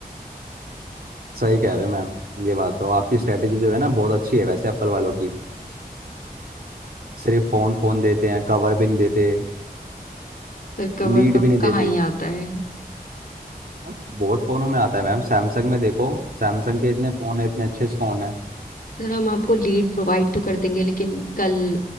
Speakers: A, on the right (about 70°); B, on the left (about 65°).
A: सही कह रहे हो मैम ये बात तो आपकी स्ट्रेटेजी जो है ना बहुत अच्छी है वैसे एप्पल वालों की सिर्फ फ़ोन फ़ोन देते हैं कवर भी नहीं देते
B: सर कवर
A: लीड
B: तो अब
A: भी नहीं
B: कहाँ
A: देते
B: ही आता है
A: अब बहुत फ़ोनों में आता है मैम सैमसंग में देखो सैमसंग के इतने फ़ोन है इतने अच्छे फ़ोन है
B: सर हम आपको लीड प्रोवाइड तो कर देंगे लेकिन कल